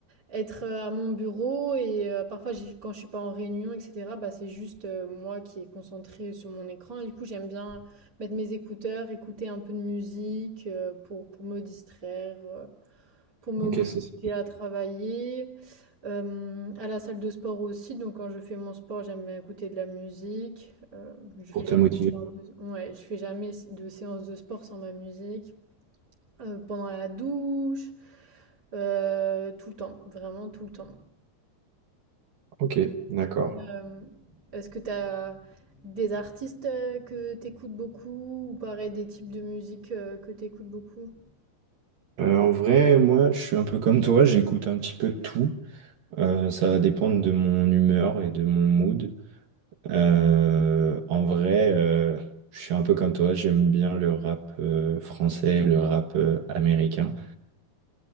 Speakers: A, on the right; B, on the right.
A: être euh, à mon bureau et euh, parfois, j'ai- quand je suis pas en réunion, etc., bah, c'est juste euh, moi qui est concentrée sur mon écran. Et du coup, j'aime bien mettre mes écouteurs, écouter un peu de musique euh, pour, pour me distraire. euh, pour me
B: Ok,
A: motiver
B: ça, c'est
A: à travailler. Euh, à la salle de sport aussi, donc quand je fais mon sport, j'aime bien écouter de la musique. Euh, je fais
B: pour
A: jamais
B: te motiver.
A: de séance de, ouais, je fais jamais de séance de sport sans ma musique. Euh, pendant la douche, euh, tout le temps, vraiment tout le temps.
B: Ok, d'accord.
A: Euh, est-ce que tu as des artistes euh, que t'écoutes beaucoup ou pareil des types de musique euh, que t'écoutes beaucoup?
B: Euh, en vrai, moi, je suis un peu comme toi, j'écoute un petit peu de tout. Euh, ça va dépendre de mon humeur et de mon mood. Euh, en vrai, euh, je suis un peu comme toi, j'aime bien le rap euh, français, le rap euh, américain.